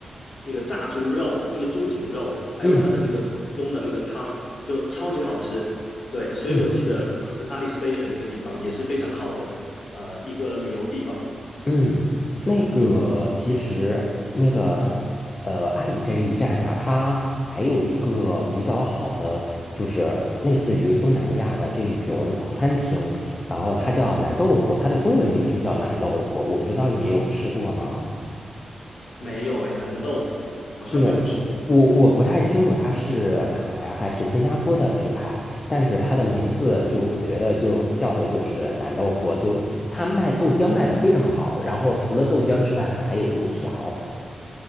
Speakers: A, on the left; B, on the left.
A: 那个炸猪肉、那个猪颈肉，还有它的那个东冬的那个汤，
B: 嗯
A: 就超级好吃。对，所以我记得当时阿里
B: 嗯。
A: Station 那个地方也是非常好的，呃，一个旅游地方。
B: 嗯，那个其实那个呃，阿里这一站呀，它还有一个比较好的，就是类似于东南亚的这一种早餐厅，然后它叫南豆腐，它的中文名就叫南豆腐，我不知道你有吃过吗？
A: 没有诶，南豆腐好像没有吃过
B: 对，我我不太清楚它是马来还是新加坡的品牌，但是它的名字就我觉得就叫的就是南豆腐，就它卖豆浆卖的非常好，然后除了豆浆之外，它还有油条。